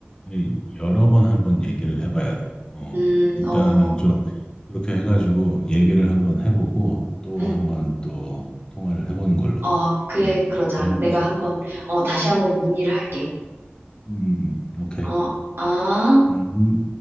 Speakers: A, on the left; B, on the right.
A: 예, 여러 번 한번 얘기를 해봐야 돼. 어,
B: 음,
A: 일단은
B: 어,
A: 좀 그렇게 해가지고 얘기를 한번 해보고 또
B: 음,
A: 한번 또 통화를 해보는 걸로.
B: 어, 그래,
A: 어,
B: 그러자.
A: 그렇게 해봅시다.
B: 내가 한번 어, 다시 한번 문의를 할게.
A: 음, 음, 음. 오케이.
B: 어, 아.
A: 음,